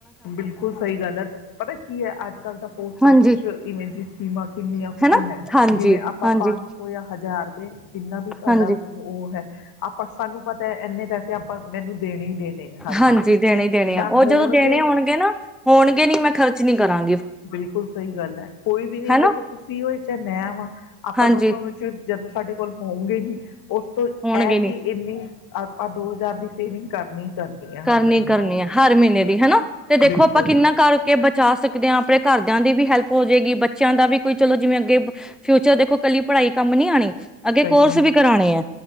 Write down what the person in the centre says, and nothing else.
ਹਾਂਜੀ
ਹਨਾ
ਹਾਂਜੀ
ਹਾਂਜੀ
ਹਾਂਜੀ
ਹਾਂਜੀ ਦੇਣੇ ਹੀ ਦੇਣੇ
ਆ ਉਹ
ਜਦੋਂ ਦੇਣੇ ਹੋਣਗੇ ਨਾ, ਹੋਣਗੇ ਨੀ ਮੈਂ ਖਰਚ ਨੀ ਕਰਾਂ
ਹਨਾ
ਹਾਂਜੀ
ਹੋਣਗੇ
ਨੀ
ਕਰਨੀ
ਕਰਨੀ ਹੈ ਹਰ ਮਹੀਨੇ ਦੀ ਹਨਾ ਤੇ ਦੇਖੋ,
ਆਪਾਂ ਕਿੰਨਾ ਕਰਕੇ ਬਚਾ ਸਕ ਦ ਆਪਣੇ ਘਰਦਿਆਂ ਦੀ ਵੀ ਹੈਲਪ ਹੋ ਜਾਏਗੀ, ਬੱਚਿਆਂ ਦਾ ਵੀ ਕੋਈ ਚਲੋ ਜਿਵੇਂ ਅੱਗੇ ਫਿਊਚਰ ਦੇਖੋ ਕੱਲੀ ਪੜ੍ਹਾਈ ਕੰਮ ਨੀ ਆਣੀ। ਅੱਗੇ
ਕੋਰਸ
ਵੀ ਕਰਾਣੇ ਹੈ,